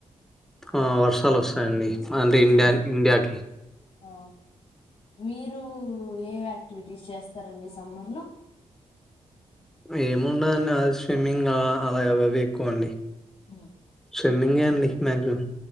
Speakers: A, in the centre; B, on the left (about 60°).
A: ఆ వర్షాలు వస్తాయండి అంటే ఇండియాన్
B: ఆ
A: ఇండియాకి
B: ఆ మీరు ఏ యాక్టివిటీస్ చేస్తారండి సమ్మర్లో
A: ఏముండదండి ఆ స్విమ్మింగ్ అ అలా య అవ్ అవే ఎక్కువ అండి
B: ఉ
A: స్విమ్మింగే అండి మాక్సిమం